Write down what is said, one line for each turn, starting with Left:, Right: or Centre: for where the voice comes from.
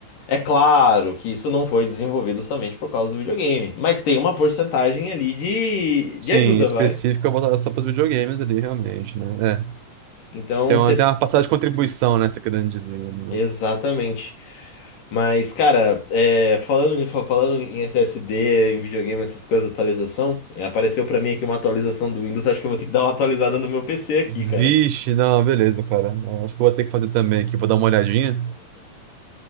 Left: É claro que isso não foi desenvolvido somente por causa do videogame, mas tem uma porcentagem ali de,
Right: Sim,
Left: de ajuda,
Right: específica
Left: vai.
Right: voltada só para os videogames ali, realmente, né? É.
Left: Então
Right: Tem uma,
Left: você.
Right: tem uma passagem de contribuição, né, você querendo dizer, né?
Left: Exatamente. Mas, cara, é, falando, em- fa- falando em SSD, em videogame, essas coisas, atualização, é, apareceu pra mim aqui uma atualização do Windows, acho que eu vou ter que dar uma atualizada no meu PC aqui,
Right: Vixe,
Left: cara.
Right: não, beleza, cara. Acho que eu vou ter que fazer também aqui, vou dar uma olhadinha.